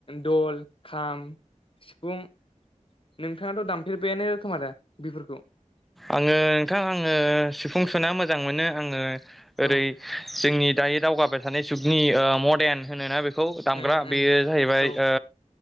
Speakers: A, on the left (about 45°); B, in the centre.
A: दल खाम सिफुं नोंथाङाथ दामफेरबायानो खोमा दा बिफोरखौ
B: आङो नोंथां आङो सिफुं सुना मोजां मोनो आङो
A: औ
B: ओरै जोंनि दायो दावगाबाय थानाय जुगनि मदार्न होनोना बे खौ दामग्रा
A: उम
B: बेयो
A: उम
B: जाहैबाय
A: औ
B: ओ